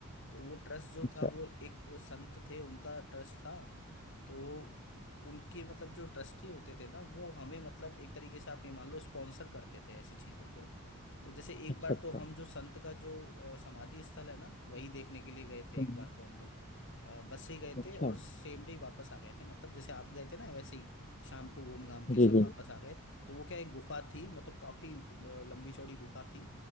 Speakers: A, on the left; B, on the left.
A: तो वो ट्रस्ट जो
B: अच्छा
A: था वो एक संत थे उनका ट्रस्ट था तो उनके मतलब जो ट्रस्टी होते थे ना वो हमें मतलब एक तरीके से आप ये मान लो स्पॉन्सर करते थे ऐसी चीज़ों को तो जैसे एक
B: अच्छा
A: बार
B: अच्छा
A: तो हम जो संत का जो अ, समाधि स्थल है ना वही देखने के लिए गए थे
B: हम्म
A: एक बार तो हम लोग अ, बस से ही गए
B: अच्छा
A: थे और सेम डे वापस आ गए थे मतलब जैसे आप गए थे ना वैसे ही शाम को घूम घाम के
B: जी
A: सब
B: जी
A: वापस आ गए तो वो क्या एक गुफा थी मतलब काफी ल- लंबी चौड़ी गुफा थी